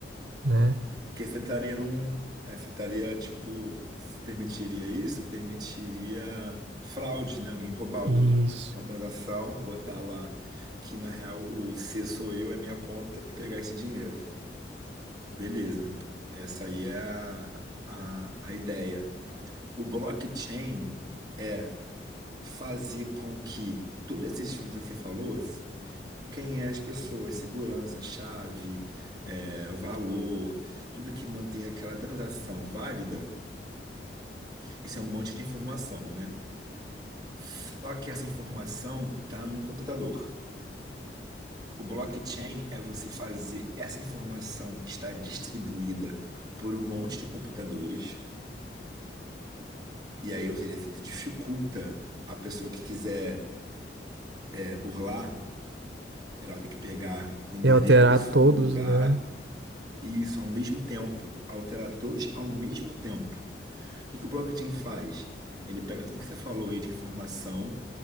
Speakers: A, on the right; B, on the right.
A: né?
B: Porque você entraria num. é, Você estaria, tipo, se permitiria isso, permitiria fraude, né? Alguém roubar
A: Isso.
B: o- uma transação, botar lá que na real o C sou eu, é minha conta e pegar esse dinheiro. Beleza. Essa aí é a, a, a ideia. O blockchain é fazer com que todos esses fundos que você falou quem é as pessoas, segurança, chave, é, valor, tudo que mantém aquela transação válida, isso é um monte de informação, né? Só que essa informação está num computador. O blockchain é você fazer essa informação estar distribuída por um monte de computadores, e aí, ou seja, isso dificulta a pessoa que quiser, é, burlar, ela vai ter que pegar o endereço
A: E alterar todos,
B: num lugar
A: né?
B: Isso, ao mesmo tempo. Alterar todos ao mesmo tempo. O que que o blockchain faz? Ele pega tudo que você falou aí de informação